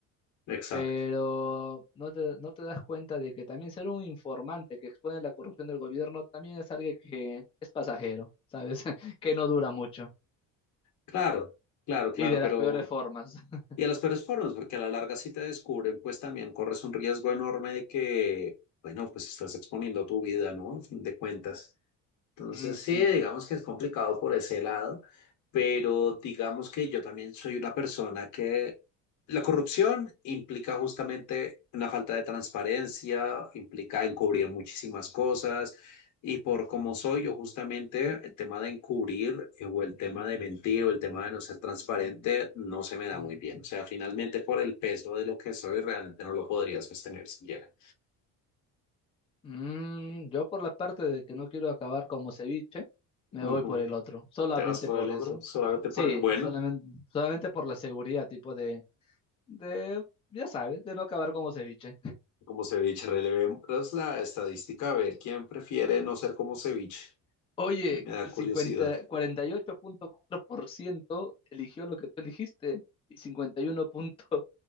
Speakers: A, on the left (about 55°); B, on the left (about 15°).
A: exacto.
B: Pero no te, no te das cuenta de que también ser un informante que expone la corrupción del gobierno también es alguien que es pasajero, ¿sabes? <laughs> Que no dura mucho
A: Claro, claro, claro,
B: y de
A: pero...
B: las peores formas. <laughs>
A: Y a los peores formas, porque a la larga si te descubren, pues también corres un riesgo enorme de que, bueno, pues estás exponiendo tu vida, ¿no? A fin de cuentas. Entonces,
B: Mm,
A: sí, digamos que es complicado por ese lado, pero digamos que yo también soy una persona que la corrupción implica justamente una falta de transparencia, implica encubrir muchísimas cosas, y por como soy yo justamente, el tema de encubrir eh, o el tema de mentir o el tema de no ser transparente no se me da
B: Mm.
A: muy bien. O sea, finalmente por el peso de lo que soy, realmente no lo podrías sostener siquiera.
B: Mm, yo por la parte de que no quiero acabar como ceviche, me
A: Ujú.
B: voy por el otro, solamente
A: Te vas por
B: por
A: el
B: eso.
A: otro, solamente
B: Sí,
A: por... Bueno.
B: solamente, solamente por la seguridad, tipo de, de, ya sabes, de no acabar como ceviche.
A: Como ceviche, relevemos la estadística a ver quién prefiere no ser como ceviche.
B: Oye,
A: Me da
B: cincuenta,
A: curiosidad.
B: cuarenta y ocho punto cuatro por ciento eligió lo que tú elegiste y 51 punto <laughs>